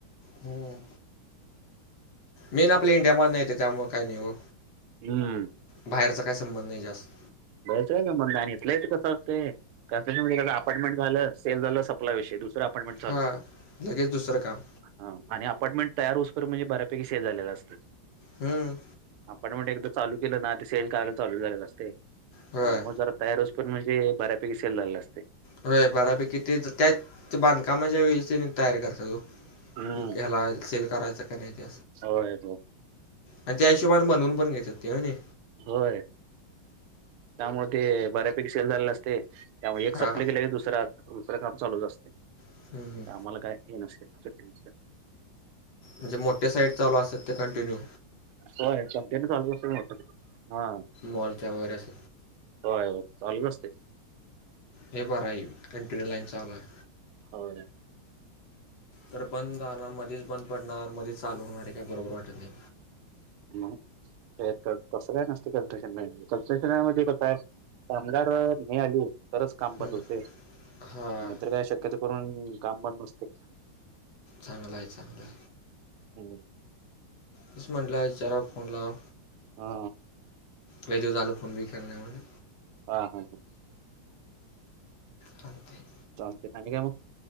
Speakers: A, on the left; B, on the right.
A: हम्म मेन आपल्या इंडिया म नाही त्याच्यामुळं काही नाही ओ
B: हम्म.
A: बाहेरचा काय संबंध नाही जास्त.
B: जायचय का म्हण आणि इथल्या इथं कसं असतंय कारण त्यांच्यामध्ये कसं अपार्टमेंट झालं, सेल झालं सपला विषय दुसरं अपार्टमेंट
A: हा लगेच दुसरं काम
B: ह आणि अपार्टमेंट तयार होईसपर्यंत म्हणजे बऱ्यापैकी सेल झालेला असतं
A: हम्म.
B: पण मग एकदा चालू केलं ना ते सेल करायला चालू झालेलं असते.
A: होय
B: आणि ऑलमोस्ट जरा तयार होऊसपर्यंत म्हणजे बऱ्यापैकी सेल झालेल असतय.
A: होय बऱ्यापैकी तेच त्याच बांधकामाच्या वेळीच त्यांनी तयारी करत ठरवु
B: हम्म
A: युक्याला सेल करायचां का नाही ते.
B: होय हो
A: आणि त्या हिशोबने बनवून पण घेतात ते हो नी.
B: होय. त्यामुळे ते बऱ्यापैकी सेल झालेले असते त्यामुळे एक
A: हां
B: सप्लाय केलेली दुसऱ दुसरं काम चालूच असते
A: हम्म, हम्म.
B: कामाला काय हे नसेते सुटी
A: म्हजे मोठे साईड चाू असत ते कंटिन्यू
B: हो्या चालूषट हा
A: मोॉलच्याा वगैरे अस
B: होय चालूच असते
A: हे बरं हाय कंटिन्यु लाईन चालू आहे.
B: होय.
A: तर बंद झाला मधीच बंद पडणार, मधीच चालू होणार हे काय बरोबर वाटत नाही.
B: म ते कसं काय नसतय कंट्रशन लाईन मधे कंट्रशनामध्ये का काय? कामगार नाही आली तरच काम
A: हम्म,
B: बंद होतय
A: हा
B: नाही तर काय शक्यतो करून काम बंद नसतंय.
A: चांगलाय चांगलाय.
B: ह
A: तेच म्हणलं विचाराव फोन लावाव,
B: हा
A: लय दिवस झालं फोन बी केला नाही म्हणे
B: हा हा हा.
A: चालतंय
B: चालतंय, आणि काय मग?